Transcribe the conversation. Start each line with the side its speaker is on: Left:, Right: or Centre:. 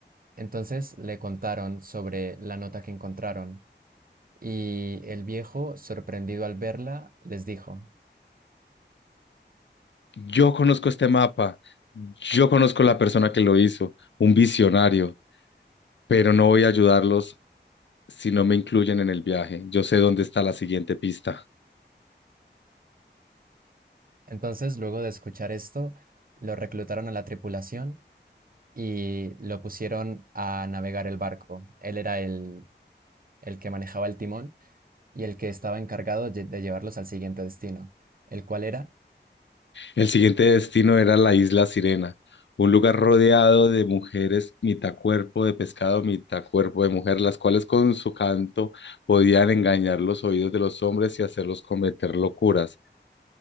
Right: Entonces le contaron sobre la nota que encontraron y el viejo, sorprendido al verla, les dijo.
Left: yo conozco este mapa, yo conozco la persona que lo hizo, un visionario, pero no voy a ayudarlos si no me incluyen en el viaje. Yo sé dónde está la siguiente pista.
Right: Entonces, luego de escuchar esto, lo reclutaron a la tripulación y lo pusieron a navegar el barco. Él era el, el que manejaba el timón y el que estaba encargado lle- de llevarlos al siguiente destino, el cual era,
Left: El siguiente destino era la isla Sirena, un lugar rodeado de mujeres, mitad cuerpo de pescado, mitad cuerpo de mujer, las cuales con su canto podían engañar los oídos de los hombres y hacerlos cometer locuras.